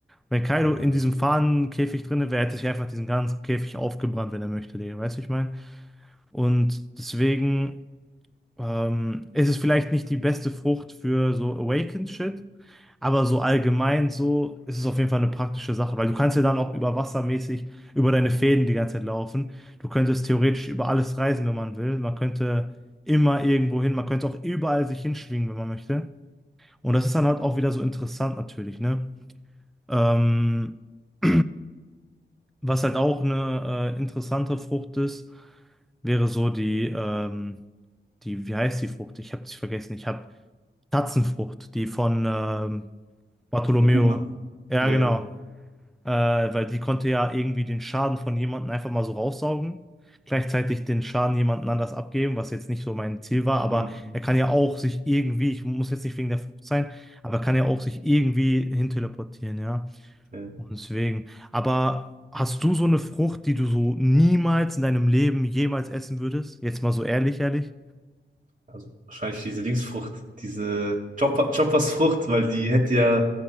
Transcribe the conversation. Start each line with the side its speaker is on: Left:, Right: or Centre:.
Centre: Wenn Kaido
Right: dann,
Centre: in
Right: äh,
Centre: diesem Fahnenkäfig drinne wäre, hätte sich einfach diesen ganzen Käfig aufgebrannt, wenn er möchte, Digga. Weißt du, ich meine? Und deswegen ähm, ist es vielleicht nicht die beste Frucht für so Awakened Shit, aber so allgemein so ist es auf jeden Fall eine praktische Sache, weil du kannst ja dann auch über wassermäßig über deine Fäden die ganze Zeit laufen. Du könntest theoretisch über alles reisen, wenn man will. Man könnte immer irgendwo hin, man könnte auch überall sich hinschwingen, wenn man möchte. Und das ist dann halt auch wieder so interessant natürlich, ne? Ähm, <clears throat> Was halt auch eine äh, interessante Frucht ist, wäre so die, ähm, die, wie heißt die Frucht? Ich habe sie vergessen. Ich habe Tatzenfrucht, die von ähm, Bartolomeo.
Right: von Kuma.
Centre: Ja,
Right: ja
Centre: genau. Äh, weil die konnte ja irgendwie den Schaden von jemandem einfach mal so raussaugen. Gleichzeitig den Schaden jemandem anders abgeben, was jetzt nicht so mein Ziel war. Aber
Right: hm,
Centre: er kann ja auch sich irgendwie, ich muss jetzt nicht wegen der Frucht sein, aber er kann ja auch sich irgendwie hinteleportieren, ja.
Right: ne,
Centre: Und deswegen. Aber hast du so eine Frucht, die du so niemals in deinem Leben jemals essen würdest? Jetzt mal so ehrlich, ehrlich.
Right: also wahrscheinlich diese Dingsfrucht, diese Chopper, Choppersfrucht, weil die hätte ja